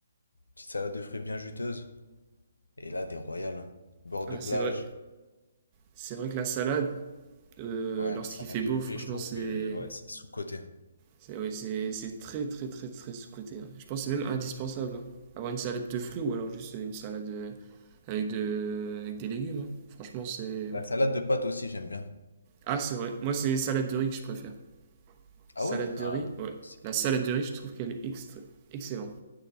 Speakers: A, on the left (about 85°); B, on the right (about 35°).
A: petite salade de fruits bien juteuse, et là, t'es royal. hein. Bord
B: Ah,
A: de plage.
B: c'est vrai. C'est vrai que la salade, euh,
A: Ouais,
B: lorsqu'il
A: la salade
B: fait
A: de
B: beau,
A: fruits,
B: franchement,
A: je trouve
B: c'est.
A: que ouais, c'est sous-coté.
B: C'est oui, c'est c'est très, très, très, très sous-coté. hein. Je pense que c'est même indispensable. hein. Avoir une salade de fruits ou alors juste une salade euh, avec, de, avec des légumes. hein. Franchement, c'est.
A: La salade de pâtes aussi, j'aime bien.
B: Ah, c'est vrai. Moi, c'est salade de riz que je préfère.
A: Ah
B: Salade
A: ouais?
B: de
A: Ah
B: riz,
A: non.
B: ouais.
A: c'est-
B: La salade de riz, je trouve qu'elle est extra- excellente.